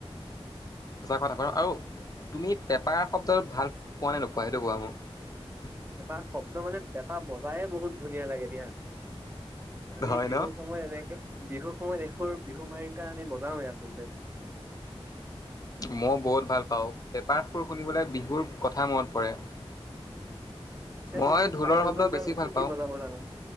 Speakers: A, on the left; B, on the right.
A: সঁচা কথা বাৰু আৰু তুমি পেপাৰ শব্দটো ভাল পোৱা নে নোপোৱা সেইটো কোৱা মোক
B: এটা শব্দ মানে এটা ব চায়ে বহুত ধুনীয়া লাগে দিয়া। আমি
A: হয়
B: বিহু
A: ন
B: সময় এনেকে বিহু সময়ত এইোৰ বিহু মাৰিটা আমি বজােৱেও আচলতে
A: মই বহুত ভাল পাওঁ পেপাৰ সুৰ শুনিবলৈ বিহুৰ কথা মনত পৰে।
B: পিছে
A: মই
B: তুমি
A: ঢোলৰ
B: বাদ্যযন্ত্ৰ
A: শব্দ বেছি ভাল
B: কি কি
A: পাওঁ
B: বজাব জানা